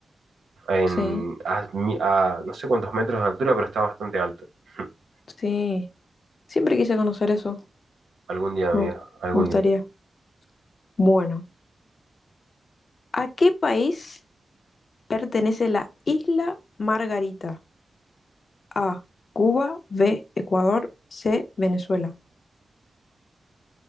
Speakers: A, on the right; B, on the left.
A: en,
B: Sí,
A: a, mi- a no sé cuántos metros de altura, pero está bastante alto. <laughs>
B: sí. Siempre quise conocer eso.
A: Algún día, amiga,
B: Me gust-
A: algún
B: me gustaría.
A: día.
B: Bueno, ¿a qué país? Pertenece la isla Margarita. A. Cuba. B. Ecuador. C. Venezuela.